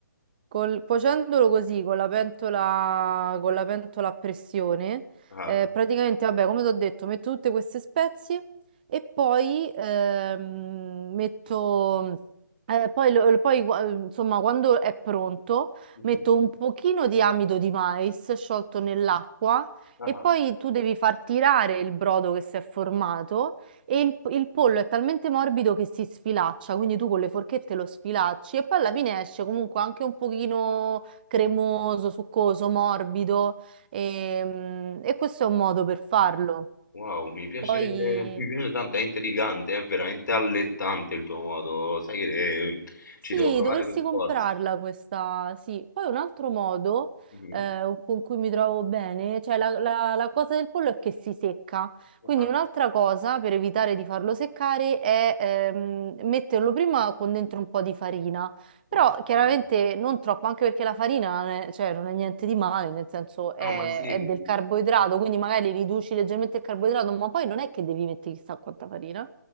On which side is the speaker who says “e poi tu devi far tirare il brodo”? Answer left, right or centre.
Right